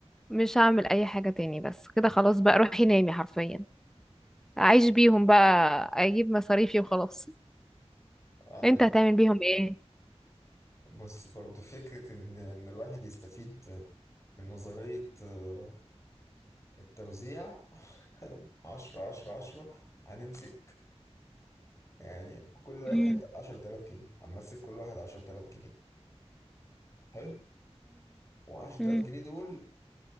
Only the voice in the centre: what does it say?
مش هعمل أي حاجة تاني بس كده خلاص بقى روحي نامي حرفيا أعيش بيهم بقى أجيب مصاريفي وخلاص
أنت هتعمل
بيهم إيه؟
امم
امم